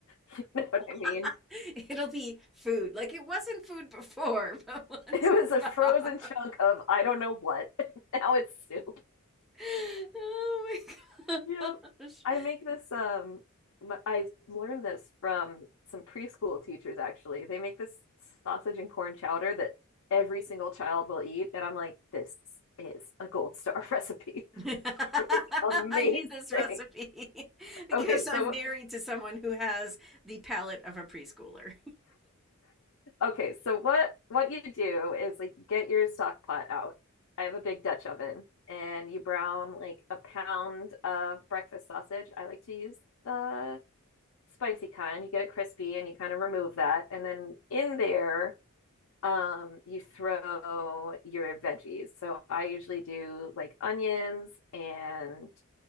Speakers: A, on the left; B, in the centre.
A: <laughs> You know what I mean?
B: <laughs> It'll be food. Like it wasn't food before, <laughs> but once
A: It was
B: it's
A: a
B: thawed.
A: frozen chunk of I don't know what. <laughs> Now it's soup.
B: <laughs> Oh my
A: Yep.
B: gosh.
A: I make this um m- I learned this from some preschool teachers actually. They make this sausage and corn chowder that every single child will eat and I'm like this is a gold star <laughs> recipe.
B: <laughs> I
A: It is amazing.
B: need this recipe <laughs> because
A: Okay, so
B: I'm married
A: <laughs>
B: to someone who has the palate of a preschooler.
A: Okay, so what what you do is like you get your stock pot out. I have a big Dutch oven and you brown like a pound of breakfast sausage. I like to use the spicy kind. You get it crispy and you kind of remove that. And then in there, um, you throw your veggies. So I usually do like onions and